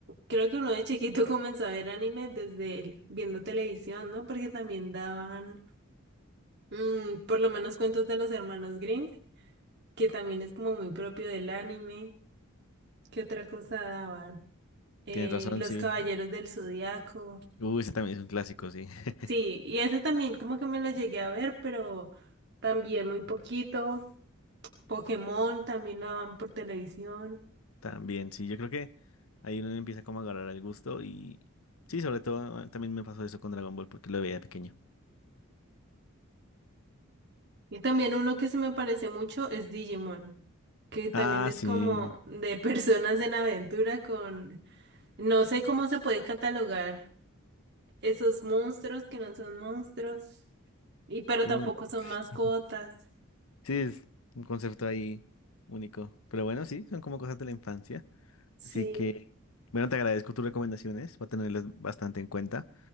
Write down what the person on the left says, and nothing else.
Tienes razón,
sí.
Uy, ese también es un clásico, sí.
<laughs>
También, sí. Yo creo que ahí uno empieza como a agarrar el gusto y... Sí, sobre todo eh, también me pasó eso con Dragon Ball porque lo veía de pequeño.
Ah,
sí.
Como
un-
<laughs> Sí, es un concepto ahí único. Pero bueno, sí, son como cosas de la infancia.
Así que, bueno, te agradezco tus recomendaciones. Voy a tenerlas bastante en cuenta.